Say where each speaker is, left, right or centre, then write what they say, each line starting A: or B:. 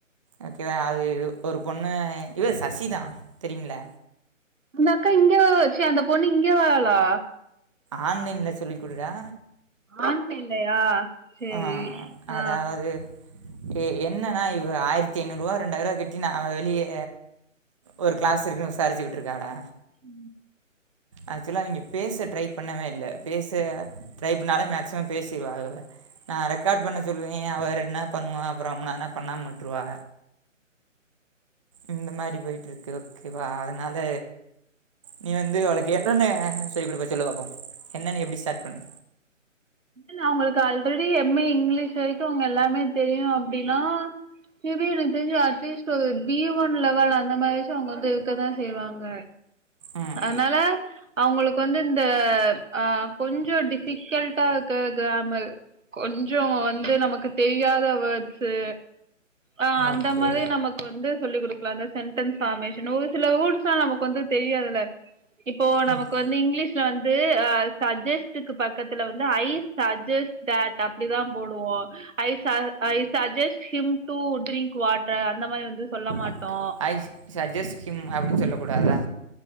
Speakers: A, on the right; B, on the right.
A: ஓகேவா அது ஒரு பொண்ணு இவ சசிதா தெரியுமில்ல
B: அந்த அக்கா இங்க ச்சே அந்த பொண்ணு இங்கே வரலா
A: ஆன்லைன்ல சொல்லி கொடுறா
B: ஆன்லைன்லயா சேரி
A: ஆ
B: ஆ
A: அதாவது ஏ என்னன்னா இவ ஆயிரத்தி ஐநூறு ரூவா ரெண்டாயிர ரூவா கட்டி நா வெளியே ஒரு கிளாஸ் இருக்குன்னு விசாரிச்சுகிட்டு இருக்கானா
B: ம்
A: ஆக்சுலா அவிங்க பேச ட்ரை பண்ணவே இல்ல பேச ட்ரை பண்ணாலே மேக்சிமம் பேசிருவா அவ நா ரெக்கார்ட் பண்ண சொல்லுவேன் அவ இரண் நாள் பண்ணுவா மூணாவது நா பண்ணாம விட்டுருவா இந்த மாரி போயிட்டுருக்கு ஓகேவா அதனால நீ வந்து அவளுக்கு என்னென்ன சொல்லி குடுப்ப சொல்லு பாப்போ என்னென்ன எப்டி ஸ்டார்ட் பண்
B: நா அவுங்களுக்கு ஆல்ரெடி எம் ஏ இங்கிலீஷ் வரைக்கு அவுங்க எல்லாமே தெரியு அப்டினா மேபி எனக்கு தெரிஞ்சு அட்லீஸ்ட் ஒரு பி ஒன் லெவல் அந்த மாரியாச்சு அவுங்க வந்து இருக்கதா செய்வாங்க
A: ம்
B: அனால அவுங்களுக்கு வந்து இந்த அ கொஞ்சோ டிஃபிகல்ட் டா இருக்க கிராமர் கொஞ்சோ வந்து நமக்கு தெரியாத வேர்ட்ஸ்சு அ அந்த
A: ஓகே
B: மாரி நமக் கு வந்து சொல்லி் குடுக்கலாந்தா சென்டன்ஸ் ஃபார்மேஷன் ஒரு சில வேர்ட்ஸ்லா நமக்கு வந்து தெரியாதில்ல இப்போ நமக்கு
A: ம்
B: வந்து இங்கிலீஷ்ல வந்து அ சஜஸ்ட்டுக்கு பக்கத்துல வந்து ஐ சஜஸ்ட் தட் அப்டிதா போடுவோ ice ice suggest him to drink water அந்த மாரி வந்து சொல்ல மாட்டோ
A: ஓகே ஐஸ் சஜெஸ் கிம் அப்டி சொல்ல கூடாதா